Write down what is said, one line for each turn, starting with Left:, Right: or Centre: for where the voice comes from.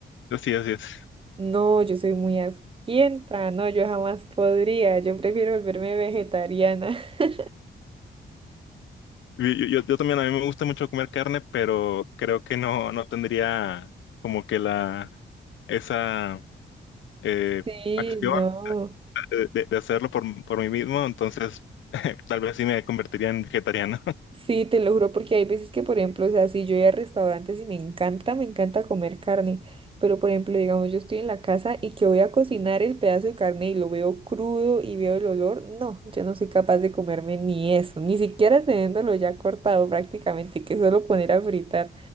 Left: Sí, así es.
Right: No, yo soy muy asquienta, no, yo jamás podría, yo prefiero volverme vegetariana. <laughs>
Left: Yo, yo- yo también, a mí me gusta mucho comer carne, pero creo que no, no tendría como que la, esa eh,
Right: Sí,
Left: acción
Right: no.
Left: de, de- de hacerlo por, por mí mismo, entonces <laughs> tal vez sí me convertiría en vegetariano.
Right: Sí, te lo juro, porque hay veces que, por ejemplo, o sea, si yo voy a restaurantes y me encanta, me encanta comer carne, pero por ejemplo, digamos, yo estoy en la casa y que voy a cocinar el pedazo de carne y lo veo crudo y veo el olor, no, yo no soy capaz de comerme ni eso, ni siquiera teniéndolo ya cortado prácticamente, que solo poner a fritar